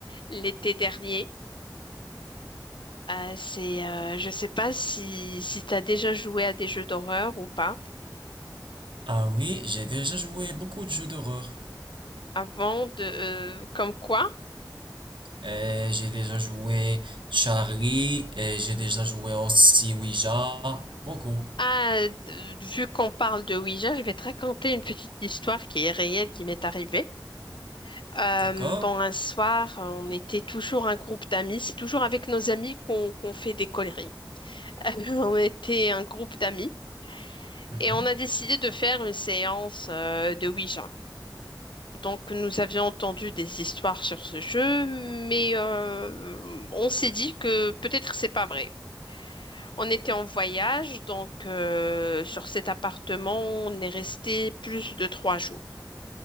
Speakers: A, on the left; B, on the right.
A: l'été dernier. Euh, c'est, euh, je sais pas si, si tu as déjà joué à des jeux d'horreur ou pas.
B: Ah oui, j'ai déjà joué beaucoup de jeux d'horreur.
A: Avant de, euh, comme quoi?
B: Euh, j'ai déjà joué Charlie, et j'ai déjà joué aussi Ouija. Beaucoup.
A: Ah, de- vu qu'on parle de Ouija, je vais te raconter une petite histoire qui est réelle, qui m'est arrivée. Euh,
B: D'accord?
A: bon, un soir, on était toujours un groupe d'amis. C'est toujours avec nos amis qu'on qu'on fait des conneries. <laughs> On était un groupe d'amis
B: Mhm.
A: et on a décidé de faire une séance euh, de Ouija. Donc, nous avions entendu des histoires sur ce jeu, mais euh, on s'est dit que peut-être c'est pas vrai. On était en voyage, donc euh, sur cet appartement, on est resté plus de trois jours.